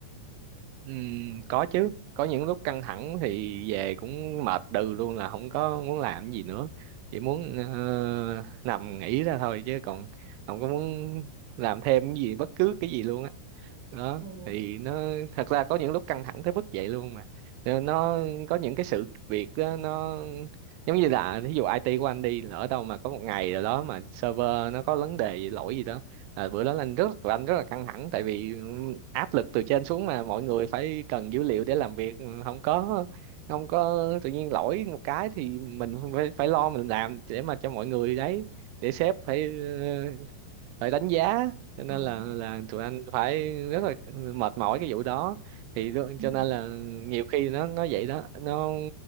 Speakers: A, on the right; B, on the right.
A: Ừm, có chứ có những lúc căng thẳng thì về cũng mệt đừ luôn là không có muốn làm gì nữa chỉ muốn ờ, nằm nghỉ ra thôi chứ còn không có muốn làm thêm cái gì bất cứ cái gì luôn á đó
B: ồ
A: thì nó thật ra có những lúc căng thẳng tới mức vậy luôn mà Rồi nó có những cái sự việc đó, nó giống như là ví dụ IT của anh đi lỡ đâu mà có một ngày rồi đó mà server nó có vấn đề gì, lỗi gì đó là bữa đó là anh rất tụi anh rất là căng thẳng tại vì ừ, áp lực từ trên xuống mà mọi người phải cần dữ liệu để làm việc Ừ, không có không có tự nhiên lỗi một cái thì mình phải phải lo mình làm để mà cho mọi người đấy để sếp phải ừ, phải đánh giá cho nên
B: à
A: là là tụi anh phải rất là mệt mỏi cái vụ đó thì đ-
B: ừ.
A: cho nên là nhiều khi nó nó vậy đó nó